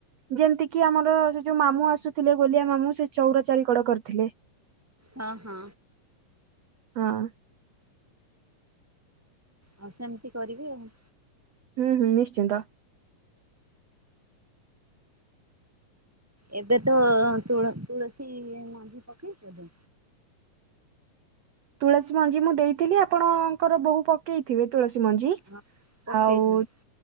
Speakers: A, on the right; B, in the centre.
A: ଯେମତି କିି ଆମର ସେ ଯୋଉ ମାମୁଁ ଆସୁଥିଲେ ଗୋଲିଆ ମାମୁଁ ସେ ଚୋଉରା ଚାରିିକଡ଼ କରିଥିଲେ।
B: ହଁ ହଁ।
A: ହଁ।
B: ଆଉ ସେମତି କରିବି ଆଉ।
A: ହୁଁ ହୁଁ ନିଶ୍ଚିନ୍ତ।
B: ଏବେ ତ ତୁଳ ତୁଳସୀ ମଞ୍ଜି ପକେଇଚୁ ଏବେ।
A: ତୁଳସୀ ମଞ୍ଜି ମୁଁ ଦେଇଥିଲି ଆପଣଙ୍କର ବୋହୁ ପକେଇଥିବେ। ତୁଳସୀ ମଞ୍ଜି
B: ହଁ ପକେଇଛନ୍ତି
A: ଆଉ